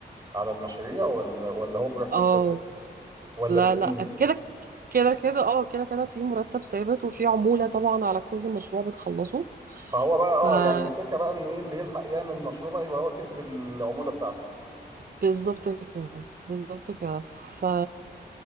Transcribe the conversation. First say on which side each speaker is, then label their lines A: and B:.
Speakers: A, on the right; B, on the right.
A: على المشاريع ولا ولا هو مرتب
B: اه
A: ثابت ولا
B: لا
A: الاثنين
B: لا كده كده كده اه كده كده في مرتب ثابت وفي عمولة طبعا على كل مشروع بتخلصه
A: فهو بقى
B: فبالظبط
A: اه يعني الفكره بقى ان ايه اللي يلحق يعمل مشروع بقى يبقى هو كسب العموله بتاعته
B: كده بالظبط كده ف...